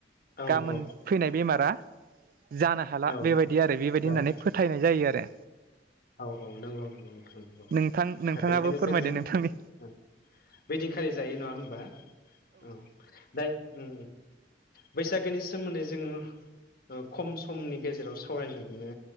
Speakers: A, on the left; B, on the right.
A: औ
B: गाबोन
A: औ
B: फैनाय बेमारा जानो हाला
A: औ
B: बेबायदि आरो बेबायदि
A: जानो
B: होननानै फोथायनाय जायो आरो
A: औ औ नंगौ नंगौ नोंथांंगौ
B: नोंथां नोंथाङाबो
A: दा बेखायनो
B: फोरमायदो
A: जोंङो।
B: नोंथांनि
A: बैदिनखालि जायो नङा हबा औ जाय उम बैसागोनि सोमोन्दै जोङो खम समनि गेजेराव सावरायजोबनो